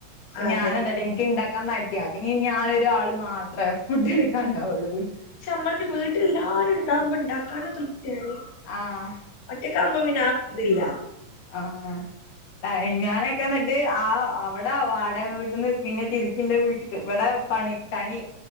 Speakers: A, on the left; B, on the left.
A: അപ്പൊ
B: അതെ
A: ഞാനെന്നിട്ട് ഇനിക്ക് ഇണ്ടാക്കാൻ മടിയ പിന്നെ ഞാനൊരു ആള് മാത്രെ ഫുഡ് കഴിക്കാണ്ടാവൊള്ളൂ
B: പക്ഷെ നമ്മള് വീട്ടിലെല്ലാരും ഇണ്ടാവുമ്പൊ ഇണ്ടാക്കാനും തൃപ്തിയാണ്
A: ആഹ്
B: ഒറ്റക്കാവുമ്പ പിന്നെ ആ ഇതില്ല
A: ആഹ് ഞാനൊക്കെ എന്നിട്ട് ആഹ് അവ ടാ വാടക വീട്ട്ന്ന് പിന്നെ തിരിച്ചിന്റെ വീട്ടക്ക് ഇവിടെ പണി കണി